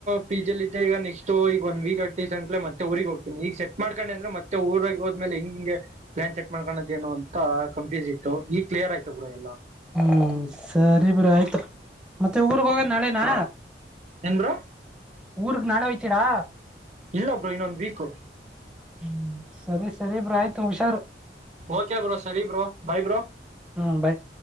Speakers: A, on the right; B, in the centre.
A: ಪಿ ಜಲ್ಲಿದ್ದೆ ಈಗ ನೆಕ್ಸ್ಟ್ ಈಗ ಒಂದ್ ವೀಕ್ ಆಗ್ತೀಸ್ ಅಂತಲೇ ಮತ್ತೆ ಊರಿಗೆಗ್ ಹೋಗ್ತೀನಿ ಈಗ ಸೆಟ್ ಮಾಡ್ಕೊಂಡು ಅಂದ್ರೆ ಮತ್ತೆ ಊರಾಗಿ ಹೋದ್್ಮೇಲೆ ಹೆಂಗ ಹಿಂಗೆ ಪ್ಲಾನ್ ಸೆಟ್ ಮಾಡಕೋದೇನು ಅಂತ ಕನ್ಫ್ಯೂಸ್ ಇತ್ತು ಈ ಕ್ಲಿಯರ್ ಆಯತ ಬ್ರಾ ಎಲ್ಲ
B: ಹ್ಮ್ ಸರಿ ಬಿ್ರ ಆಯ್ತು ಮತ್ತೆ ಊ್ರಗ್ ಹೋಗದ ನಾಳೆನಾ
A: ಹೆಂಗ ಬರುೋ
B: ಊರುಕ ನಡ ವಚರಾ
A: ಇಲ್ಲ ಬ್ರರು ಇನ್ನೊಂದ್ ವೀಕ
B: ಹ್ಮ್ ಸರಿ ಸರಿಬ್ರ ಆಯ್ತು ಹುಷಾರು
A: ಓಕೆ ಬ್ರೋ ಸರಿ ಬ್ರೋ ಬಾಯ ಬ್ರೋ
B: ಹ್ಮ್ ಬಾಯ್